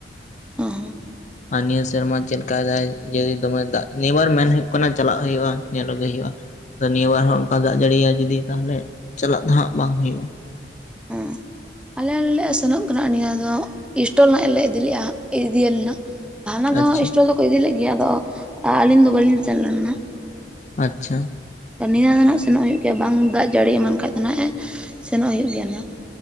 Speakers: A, in the centre; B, on the left (about 40°).
A: ᱦᱮᱸ
B: ᱟᱨ ᱱᱤᱭᱟᱹ ᱥᱮᱨᱢᱟ ᱪᱮᱫᱠ ᱫᱟᱭ ᱡᱤ ᱫᱚᱢᱮ ᱫᱟᱜ ᱱᱤᱭᱟᱹᱵᱟᱨ ᱢᱮᱱ ᱦᱩᱭᱩᱜ ᱠᱟᱱᱟ ᱪᱟᱞᱟᱜ ᱦᱩᱭᱩᱜᱼᱟ ᱧᱮᱞ ᱟᱹᱜᱮ ᱦᱩᱭᱩᱜᱼᱟ᱾ ᱱᱤᱭᱟᱹ ᱵᱟᱨ ᱦᱚᱸ ᱚᱱᱠᱟ ᱫᱟᱜ ᱡᱟᱹᱲᱤᱭᱤᱭᱟ ᱡᱩᱫᱤ ᱛᱟᱦᱚᱞᱮ ᱪᱟᱞᱟᱜ ᱫᱚ ᱦᱟᱜ ᱵᱟᱝ ᱦᱩᱭᱩᱜᱼᱟ᱾
A: ᱦᱮᱸ ᱟᱞᱮ ᱞᱮ ᱥᱮᱱᱚᱜ ᱠᱟᱱᱟ ᱱᱤᱭᱟᱹ ᱫᱚ ᱤᱥᱴᱚᱞ ᱱᱟᱜ ᱞᱮ ᱤᱫᱤ ᱞᱮᱼᱟ ᱤᱫᱤ ᱭᱟᱞᱮᱱᱟ᱾ ᱦᱟᱱᱟ ᱫᱷᱟᱣ
B: ᱟᱪᱪᱷᱟ
A: ᱦᱚᱸ ᱤᱥᱴᱚᱞ ᱫᱚᱠᱚ ᱤᱫᱤ ᱞᱮᱫ ᱜᱮᱭᱟ ᱟᱫᱚ ᱟᱹᱞᱤᱧ ᱫᱚ ᱵᱟᱞᱤᱧ ᱥᱮᱱ ᱞᱮᱱᱟ᱾
B: ᱟᱪᱪᱷᱟ
A: ᱱᱤᱭᱟᱹ ᱫᱚ ᱱᱟᱜ ᱥᱮᱱᱚᱜ ᱦᱩᱭᱩᱜ ᱜᱮᱭᱟ ᱵᱟᱝ ᱫᱟᱜ ᱡᱟᱹᱲᱤ ᱮᱢᱟᱱ ᱠᱷᱟᱡ ᱫᱚ ᱦᱟᱜ ᱮ ᱥᱮᱱᱚᱜ ᱦᱩᱭᱩᱜ ᱜᱮᱭᱟ ᱱᱟᱜ᱾